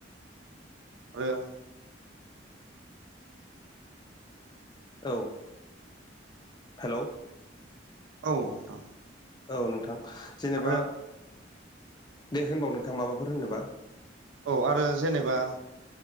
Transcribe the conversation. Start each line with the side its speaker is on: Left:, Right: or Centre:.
Right: आरो
Left: औ हेलौ
Right: औ नोंथां
Left: औ नोंथां जेनेबा
Right: आरो
Left: दे होनबाव नोंथां माबाफोर होननोबा
Right: औ आरो जेनेबा